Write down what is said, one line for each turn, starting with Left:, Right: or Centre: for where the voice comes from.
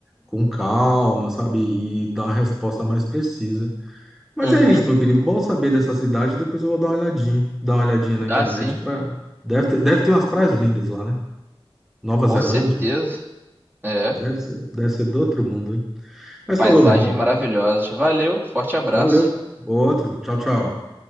Centre: com calma, sabe? E dar uma resposta mais precisa. Mas
Right: Uhum,
Centre: é isso, meu querido. Bom saber dessa cidade. Depois eu vou dar uma olhadinha, dar uma olhadinha na
Right: dá
Centre: internet
Right: sim,
Centre: para deve ter, deve ter umas praias lindas lá, né? Nova
Right: com
Centre: Zelândia.
Right: certeza. É,
Centre: Deve ser, deve ser do outro mundo, hein? Mas
Right: paisagens
Centre: falou, meu irmão.
Right: maravilhosas. Valeu, forte abraço.
Centre: Valeu. Outro. Tchau, tchau.